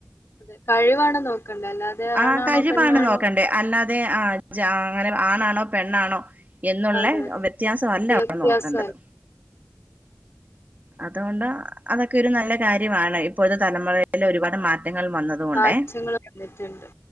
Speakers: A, on the left (about 50°); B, on the right (about 30°).
A: അതെ കഴിവാണ് നോക്കണ്ടേ അല്ലാതെ
B: ആ
A: ആണാണോ
B: കഴിവാണ്
A: പെണ്ണാണോ
B: നോക്കണ്ടേ അല്ലാതെ ആ ജാ അങ്ങനെ ആണാണോ പെണ്ണാണോ എന്നുള്ള
A: അതെ അതെ
B: വ്യത്യാസവല്ല
A: വ്യത്യാസം
B: അവിടെ നോക്കണ്ടത്
A: അല്ല
B: അതു കൊണ്ട് അതൊക്കെ ഒരു നല്ല കാര്യമാണ് ഇപ്പോഴത്തെ തലമുറയ നല്ല ഒരുപാട് മാറ്റങ്ങൾ വന്നത് കൊണ്ടേ
A: മാറ്റങ്ങൾ വന്നിട്ടുണ്ട്